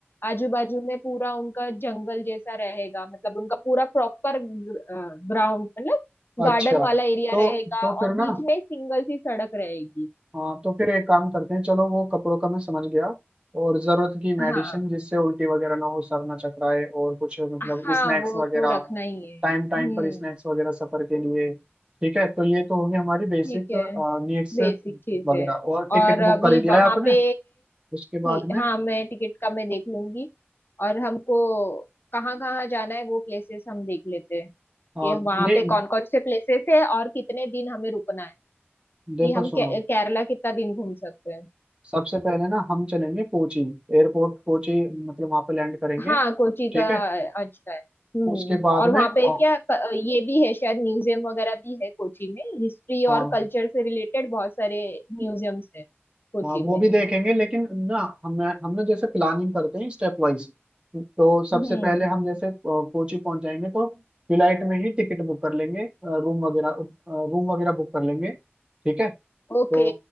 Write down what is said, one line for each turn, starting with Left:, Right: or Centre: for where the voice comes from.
Left: आजू बाजू में पूरा उनका जंगल जैसा रहेगा मतलब उनका पूरा प्रॉपर ग्राउंड मतलब
Right: अच्छा
Left: गार्डन वाला एरिया
Right: तो
Left: रहेगा
Right: तो फिर
Left: और
Right: ना
Left: बीच में एक सिंगल सी सड़क रहेगी
Right: हाँ तो फिर एक काम करते हैं चलो वो कपड़ों का मैं समझ गया और जरूरत की मेडिसिन
Left: हाँ
Right: जिससे उल्टी वगैरह ना हो सर ना चकराए और कुछ मतलब
Left: हाँ
Right: स्नैक्स
Left: वो
Right: वगैरह
Left: तो रखना ही है
Right: टाइम टाइम
Left: हम्म
Right: पर स्नैक्स वगैरह सफर के लिए ठीक है तो ये तो होगी हमारी बेसिक
Left: ठीक है
Right: नीड्स
Left: बेसिक चीजें
Right: वगैरह और टिकट
Left: और
Right: बुक
Left: अभी
Right: कर ही दिया
Left: वहां
Right: है आपने
Left: पे
Right: उसके
Left: ही-
Right: बाद में
Left: हाँ मैं टिकट का मैं देख लूंगी और हमको कहाँ कहाँ जाना है वो प्लेसेस हम देख लेते हैं
Right: हाँ
Left: कि वहां
Right: नहीं
Left: पे कौन कौन से प्लेसेस है और कितने दिन हमें रुकना है
Right: देखो
Left: कि हम
Right: सुनो
Left: के, केरला कितना दिन घूम सकते हैं
Right: सबसे पहले ना हम चलेंगे कोची एयरपोर्ट कोची मतलब वहां पे लैंड करेंगे
Left: हाँ कोची
Right: ठीक
Left: का
Right: है
Left: अच्छा है हम्म
Right: उसके बाद
Left: और वहां
Right: में अ,
Left: पे क्या क- ये भी है शायद म्यूजियम वगैरह भी है कोची में हिस्ट्री
Right: हाँ
Left: और कल्चर से रिलेटेड बहुत सारे म्यूजियम्स है कोची
Right: हाँ वो
Left: में
Right: भी देखेंगे लेकिन ना हम हम ना जैसे प्लानिंग करते हैं स्टेप वाइज तो सबसे
Left: हम्म
Right: पहले हम जैसे अ, कोची पहुंच जाएंगे तो फ्लाइट में ही टिकट बुक कर लेंगे रूम वगैरह रूम वगैरह बुक कर लेंगे ठीक है तो
Left: ओके